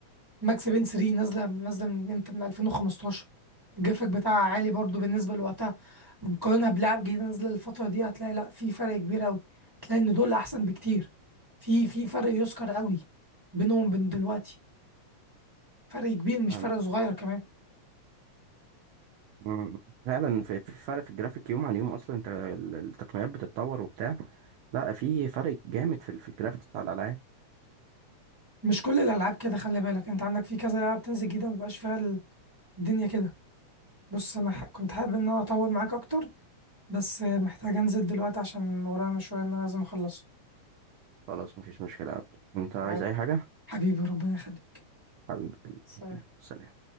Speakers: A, on the right; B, on the right.
A: ماكس بين 3 نازله نازله من امتى من 2015 الجرافيك بتاعها عالي برضو بالنسبه لوقتها مقارنه بلعب جديد نازله الفتره دي هتلاقي لا في فرق كبير قوي هتلاقي ان دول احسن بكتير في في فرق يذكر قوي بينهم وبين دلوقتي فرق كبير مش
B: أنا
A: فرق صغير كمان
B: مم. فعلا في في فرق في الجرافيك يوم عن يوم أصلا انت ال- التقنيات بتتطور وبتاع لا في فرق جامد في ال- في الجرافيكس بتاع الألعاب
A: مش كل الالعاب كده خلي بالك انت عندك في كذا لعبه بتنزل جديده مبيبقاش فيها الدنيا كده بص انا ح- كنت حابب ان انا اطول معاك اكتر بس محتاج انزل دلوقتي عشان ورايا مشوار ان انا لازم اخلصه
B: خلاص مفيش مشكلة يا عبد انت عايز
A: ع-
B: اي حاجة
A: حبيبي ربنا يخليك
B: حبيبي
A: سلام.
B: سلام